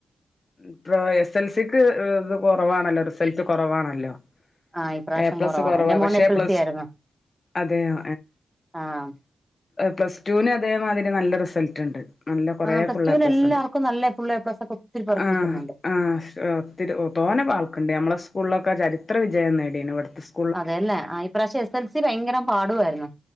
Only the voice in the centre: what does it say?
ആഹ് ഇപ്രാവശ്യം
കുറവാ
എന്റെ മോൻ
എസ് എൽ
സി ആയിരുന്നു
ആഹ്
ആഹ് പ്ലസ്
ടുവിന്
എല്ലാവർക്കും നല്ല ഫുൾ എ പ്ലസ് ഒക്കെ ഒത്തിരി പേർക്ക്
കിട്ടുന്നുണ്ട്
അതെയല്ലേ ആ ഇ പ്രാവശ്യ എസ് എൽ സി ഭയങ്കരം പാടുമായിരുന്നു.